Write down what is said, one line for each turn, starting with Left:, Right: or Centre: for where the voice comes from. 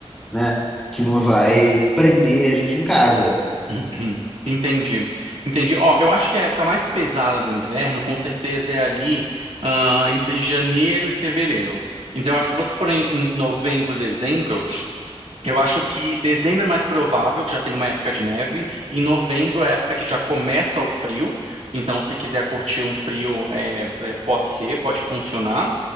Centre: né? Que não vai
Right: Uhum.
Centre: prender a gente em casa.
Right: <clears throat> Entendi. Entendi. Ó, eu acho que a época mais pesada do inverno, com certeza, é ali, ah, entre janeiro e fevereiro. Então, eu acho que se vocês forem em novembro, dezembro, Eu acho que dezembro é mais provável, que já tem uma época de neve. Em novembro é a época que já começa o frio. Então, se quiser curtir um frio, é, é, pode ser, pode funcionar.